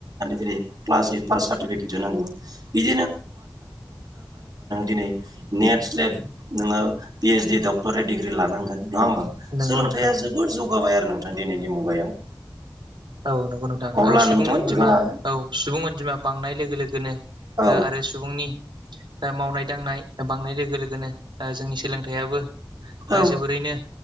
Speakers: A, on the right; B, on the right.
A: जेरै क्लास ओइद दिनै नेट स्लेट नोङो पि ओस डि डक्टरेट डिग्रि लानांगोन। नङा होमबा
B: नंगौ
A: सोलोंथाइआ
B: नोंथां
A: जोबोर जौगाबाय आरो नोंथां दिनैनि मुगायाव
B: औ नंगौ नोंथां
A: अब्ला
B: औ सुबुं
A: नोंथां
B: अनजिमा
A: जोंहा
B: औ सुबुं अनजिमा बांनाय लोगो लोगोनो
A: औ
B: ओ आरो सुबुंनि मावनाय दांनाय बांनाय लोगो लोगोनो ओ जोंनि सोलोंथाइयाबो ओ
A: औ
B: जोबोरैनो